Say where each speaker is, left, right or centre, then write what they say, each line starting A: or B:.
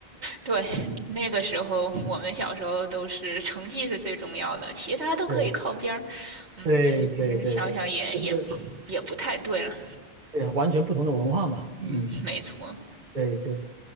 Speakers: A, on the right (about 85°); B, on the right (about 45°).
A: 对，那个时候我们小时候都是成绩是最重要的，其他都可以靠边儿。
B: 对
A: 嗯，
B: 对对对对，
A: 其实想想也也
B: 就是
A: 也不太对了。
B: 对啊，完全不同的文化嘛。
A: 嗯，
B: 嗯，
A: 没错。
B: 对对，